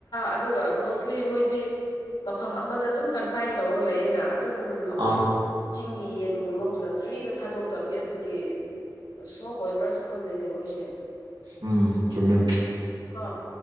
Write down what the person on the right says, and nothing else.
ꯑꯥ
ꯎꯝ ꯆꯨꯝꯃꯦ